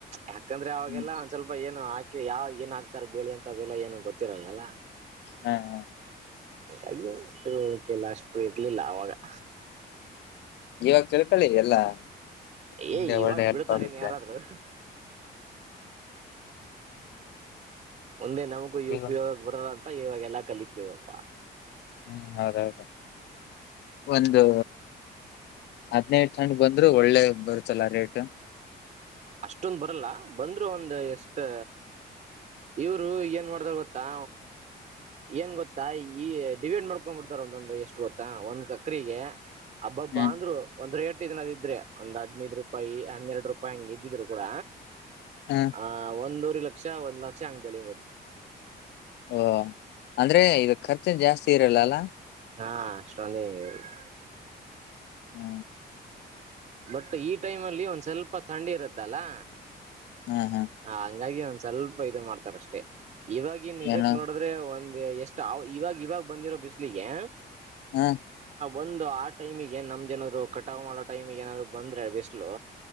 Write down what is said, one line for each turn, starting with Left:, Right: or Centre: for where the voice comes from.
Right: ಯಾಕಂದ್ರೆ ಅವಗೆಲ್ಲ
Left: ಹ್ಮ್
Right: ಒನ್ ಸ್ವಲ್ಪ ಏನೋ ಯಾಕೆ ಏನ್ ಹಾಕ್ತಾರೆ ಬೇಳೆ ಅಂತ ಏನು ಗೊತಿರಲ್ಲ ಅಲ್ಲ
Left: ಹ್ಹ-ಹ್ಹ
Right: ಆಯೋ ತಿಳುವಳಿಕೆ ಎಲ್ಲಾ ಅಷ್ಟು ಇರ್ಲಿಲ್ಲ ಅವಗೆಲ್ಲಾ
Left: ಇವಾಗ ತಿಳ್ಕೊಳ್ಳಿ ಎಲ್ಲಾ ಮುಂದೆ
Right: ಏ ಇವಾಗ
Left: ಒಳ್ಳೆ ಹೆಲ್ಪ್
Right: ಬಿಡ್ತರೇನ್
Left: ಆಗುತ್ತೆ
Right: ಯಾರಾದ್ರೂ ಮುಂದೆ ನಮಗೂ ಯು
Left: ಈಗ
Right: ಪಿ ಹೋಗಿಕ್ ಬರನ್ ಅಂತ ಇವಗೆಲ್ಲ ಕಲಿತಿವಪ್ಪ
Left: ಹು ಹೌದೌದು ಒಂದು ಹತ್ ನೆ ಬಂದ್ರು ಒಳ್ಳೇದ್ ಬರುತ್ಲ ರೇಟು
Right: ಅಸ್ಟೊಂದು ಬರಲ್ಲ ಬಂದ್ರು ಒಂದು ಎಷ್ಟು ಇವ್ರು ಏನ್ ಮಾಡ್ತಾರ್ ಗೊತ್ತಾ ಏನ್ ಗೊತ್ತಾ ಈ ಡಿವೈಡ್ ಮಾಡ್ಕೊಂಡು ಬಿಡ್ತಾರ ಒಂದೊಂದು ಎಷ್ಟು ಗೊತ್ತಾ ಒಂದ್ ಎಕ್ರೆಗೆ ಹಬ್ಬಬ್ಬಾ
Left: ಹ್ಮ್
Right: ಅಂದ್ರು ಒಂದ್ ರೇಟ್ ಏನಾದ್ರೂ ಇದ್ರೆ ಒಂದ್ ಹದಿನೈದು ರೂಪಾಯಿ ಹನ್ನೆರಡು ರೂಪಾಯಿ ಆಂಗ್ ಇದಿದ್ರೂ ಕೂಡ
Left: ಹ್ಮ್
Right: ಆ-ಆ ಒಂದು ದಿಡ್ಲಕ್ಷ ಒಂದು ಲಕ್ಷ ಹಂಗ್ ಬೆಳೆಯಬಹುದು
Left: ಓ ಅಂದ್ರೆ ಇಗ ಕರ್ಚೆನ್ ಜಾಸ್ತಿ ಇರಲ್ಲ ಅಲ್ಲ
Right: ಆ ಅಸ್ಟೊಂದು ಏನ್ ಇರಲ್ಲ
Left: ಹ್
Right: ಬಟ್ ಈ ಟೈಮ್ ಅಲ್ಲಿ ಒನ್ ಸ್ವಲ್ಪ ತಂಡಿ ಇರುತ್ತಾ ಅಲ್ಲಾ
Left: ಹ್ಮ್ ಹ್ಮ್
Right: ಹ ಹಂಗಾಗಿ ಸ್ವಲ್ಪ ಇದನ ಮಾಡ್ತಾರೆ ಅಷ್ಟೆ ಈವಾಗಿನ ಇದಕ್ಕ
Left: ಏನು
Right: ನೋಡಿದರೆ ಒಂದ್ ಹೇಳ್ ಎಸ್ಟ ಈವಾಗ ಈವಾಗ ಬಂದಿರೋ ಬಿಸಲಿಗೆ
Left: ಹ
Right: ಒಂದು ಆ ಟೈಮಗೆ ನಮ್ದ ಏನಾದ್ರು ಕಟಾವ ಮಾಡೋ ಟೈಮಗೆ ಬಂದ್ರೆ ಬಿಸಿಲು